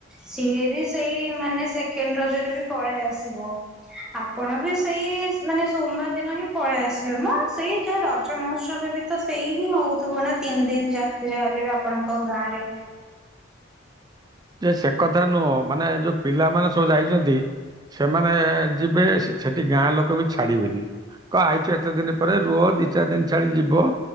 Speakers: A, in the centre; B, on the right.
A: ସିଏ ବି ସେଇ ମାନେ ସେକେଣ୍ଡ ରଜରେ ବି ପଳେଇ ଆସିବ। ଆପଣ ବି ସେଇ ମାନେ ସୋମବାର ଦିନ ହିଁ ପଳେଇ ଆସିବେ ମୁ ସେଇ ଯାହା ରଜ ମହୋତ୍ସବ ବି ତ ସେଇ ହିଁ ହଉଥିବ ନା ତିନି ଦିନ ଯହା ଯାହା ହେଲେ ବି ଆପଣଙ୍କ ଗାଁ ରେ।
B: ଯେ ସେ କଥା ନୁହଁ ମାନେ ଯୋଉ ପିଲାମାନୋନେ ସବୁ ଯାଇଛନ୍ତି। ସେମାନେ ଯିବେ ସେଠି ଗାଁ ଲୋକ ବି ଛାଡିବେନି କ ଆଇଚ ତ ଦିନ ପରେ ରୁହ ଦି ଚାରି ଦିନ ଛାଡି ଯିବ।